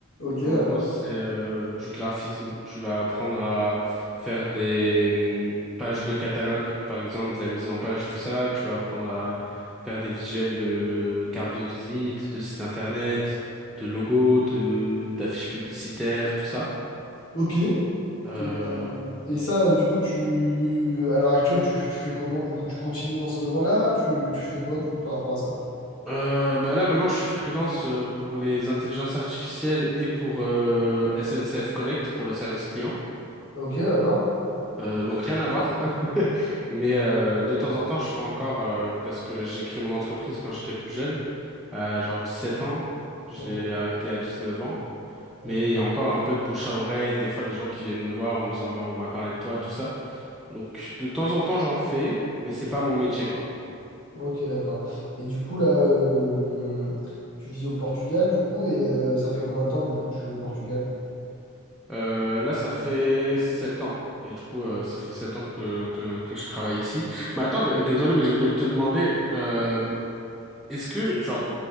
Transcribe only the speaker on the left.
ok
d'accord
ok et,
euh, et ça euh, du coup tu à l'heure actuelle tu, tu fais comment du coup tu continues dans cette voie-là tu, tu fais quoi du coup par rapport à ça
ok d'accord
Ouais,
ok
ok d'accord et du coup là euh, tu vis au Portugal du coup et euh, ça fait combien de temps que du coup tu joues au Portugal